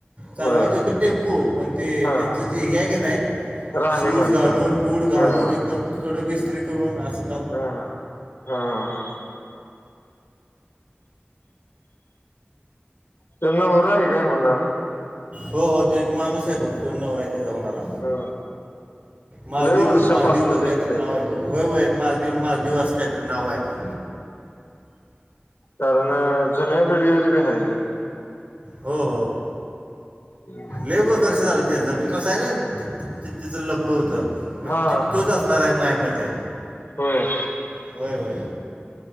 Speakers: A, on the right; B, on the left.
A: चालवायचे
B: बर
A: ते टेम्पो पण ते
B: हा
A: त्यांचं जे हे हाय कां नाय
B: राहणीमान
A: शूज घालून
B: हा
A: बूट घालून
B: हा हा
A: एकदम कडक ईस्त्री करून आसं.
B: हा हा हा ह. त्यांना होणारं का होणार.
A: हो हो ते एक माणूस बघ तो नवरा. ते जाऊन आला
B: हा
A: मालदीव
B: लय वर्षापासन
A: मालदीव का
B: दिसतय
A: काहीतरी नाव आहे बघ होय होय मालदीव मालदीव असं काहीतरी नाव आहे.
B: कारणं जुन्या व्हिडिओमदी बी हाय त्या.
A: हो हो.
B: हम्
A: लेबर कसे झालं ते जमीन तुला असहिलं तिचं लपडू होतं मग
B: हा
A: तित्योचत अणार आहे माय मते.
B: होय.
A: होय होय